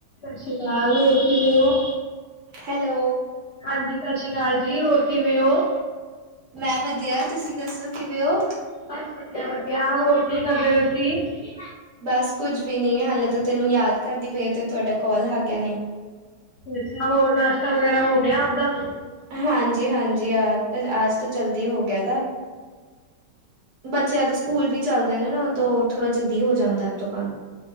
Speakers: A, on the left; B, on the right.
A: ਸਸੀਕਾਲ ਹੋਰ ਕਿਵੇ ਓ?
B: ਹੈਲੋ
A: ਹਾਂਜੀ ਸਸੀਕਾਲ ਜੀ ਹੋਰ ਕਿਵੇਂ ਓ?
B: ਮੈਂ ਵਧੀਆ ਤੁਸੀਂ ਦੱਸੋ ਕਿਵੇਂ ਓ?
A: ਬਸ ਵਧੀਆ-ਵਧੀਆ ਹੋਰ ਕੀ ਕਰਦੇ ਪਏ ਸੀ?
B: ਬਸ ਕੁੱਝ ਵੀ ਨੀ ਹਾਲੇ ਤਾਂ ਤੈਨੂੰ ਯਾਦ ਕਰਦੀ ਪਈ ਆਂ ਤੇ ਤੁਹਾਡਾ ਕੋਲ <unintelligible> ਨੇ
A: ਅੱਛਿਆ ਹੋਰ ਨਾਸ਼ਤਾ ਵਗੈਰਾ ਹੋਗਿਆ ਆਪਦਾ?
B: ਹਾਂਜੀ-ਹਾਂਜੀ ਆ ਆਜ ਤੋਂ ਜਲਦੀ ਹੋ ਗਿਆ ਦਾ। ਬੱਚਿਆਂ ਦੇ ਸਕੂਲ ਵੀ ਚੱਲਦੇ ਨੇ ਨਾ ਤੋ ਥੋੜ੍ਹਾ ਜਲਦੀ ਹੋ ਜਾਂਦਾ ਅਬ ਤੋ ਕੰਮ।